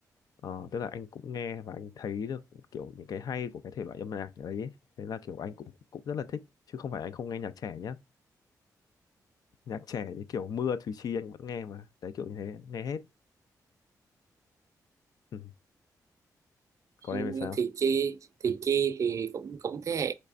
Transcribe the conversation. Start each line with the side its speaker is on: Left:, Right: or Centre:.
Left: ờ, tức là anh cũng nghe và anh thấy được kiểu những cái hay của cái thể loại âm nhạc đấy ấy. thế là kiểu anh cũng cũng rất là thích chứ không phải anh không nghe nhạc trẻ nhá nhạc trẻ thì kiểu mưa Thùy Chi anh vẫn nghe mà đấy kiểu như thế nghe hết ừ. còn
Right: Ừ,
Left: em thì sao
Right: thì chi thì chi thì cũng cũng thế hệ